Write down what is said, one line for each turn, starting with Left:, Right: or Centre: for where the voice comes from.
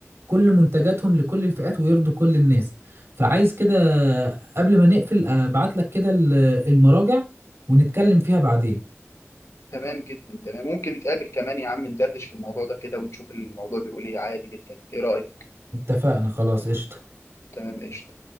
Right: كل منتجاتهم لكل الفئات ويرضوا كل الناس فعايز كده قبل ما نقفل ابعت لك كده ال- المراجع ونتكلم فيها بعدين
Left: تمام جدا تمام ممكن نتقابل كمان يا عم ندردش في الموضوع ده كده ونشوف الموضوع بيقول ايه عادي جدا ايه رأيك
Right: اتفقنا خلاص قشطة
Left: تمام قشطة